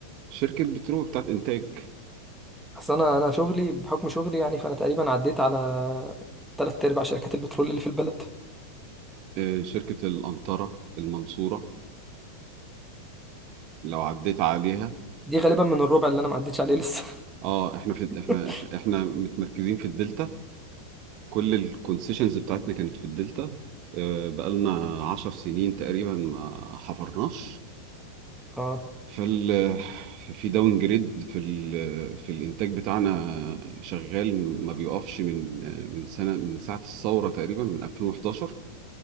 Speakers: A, on the right; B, in the centre.
A: شركة بترول بتاعت انتاج
B: اصل انا انا شغلي بحكم شغلي يعني فانا تقريبا عديت على تلات ارباع شركات البترول اللي في البلد
A: آه، شركة القنطرة المنصورة لو عديت عليها
B: دي غالبا من الربع اللي انا ما عديتش عليه لسه
A: اه احنا في احنا
B: <laughs>
A: احنا متمركزين في الدلتا كل الكونسيشنز بتاعتنا كانت في الدلتا آه، بقالنا عشر سنين تقريبا ما حفرناش
B: اه
A: فال في داون جريد في ال... في الانتاج بتاعنا شغال ما بيقفش من من سنه من ساعه الثوره تقريبا من 2011